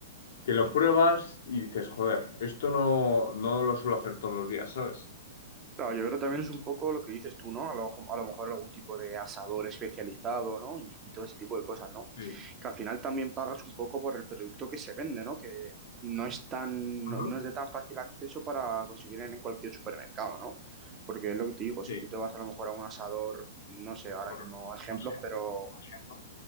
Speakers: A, on the left; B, on the right.
A: que lo pruebas y dices, joder, esto no, no lo suelo hacer todos los días, ¿sabes?
B: Claro, yo creo que también es un poco lo que dices tú, ¿no? A lo, a lo mejor algún tipo de asador especializado, ¿no? Y, y todo ese tipo de cosas, ¿no?
A: Sí,
B: Que al final también pagas
A: sí.
B: un poco por el producto que se vende, ¿no? Que no es tan,
A: Ajá.
B: no, no es de tan fácil acceso para conseguir en cualquier supermercado, ¿no? Porque es lo que te digo,
A: Sí.
B: si tú te vas a lo mejor a un asador, no sé, ahora
A: Por-
B: mismo ejemplos,
A: no sé,
B: pero
A: por ejemplo.